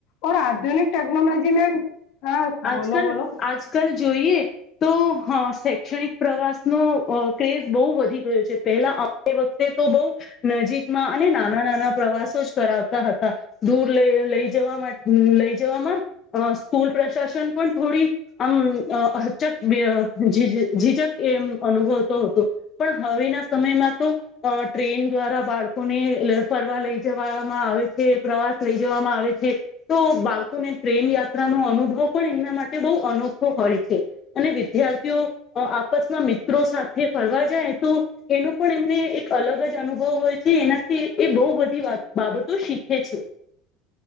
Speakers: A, on the left (about 60°); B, on the left (about 30°).
A: ઓર આધુનિક ટેકનોલોજી મે હા
B: આજ
A: બોલો
B: કલ
A: બોલો
B: આજ કલ જોઈએ. તો હ શૈક્ષણિક પ્રવાસનો ક્રેઝ બહુ વધી ગયો છે પેલા એ વખતે તો બહુ નજીકમાં અને નાના નાના પ્રવાસો જ કરાવતા હતા. દૂર લઈ લઈ જવા લઈ જવામાં સ્કૂલ પ્રશાસન પણ થોડી આમ હચક જીજક એમ અનુભવતો હતો. પણ હવેના સમયમાં તો. અ ટ્રેન દ્વારા બાળકોને ફરવા લઈ જવામાં આવે છે પ્રવાસ લઈ જવામાં આવે છે. તો બાળકોને ટ્રેન યાત્રાનો અનુભવ પણ એમના માટે બહુ અનોખો હોય છે. અને વિદ્યાર્થીઓ આપસમાં મિત્રો સાથે ફરવા જાય તો એનો પણ એમને એક અલગ જ અનુભવ હોય છે એનાથી એ બહુ બધી બાબતો શીખે છે.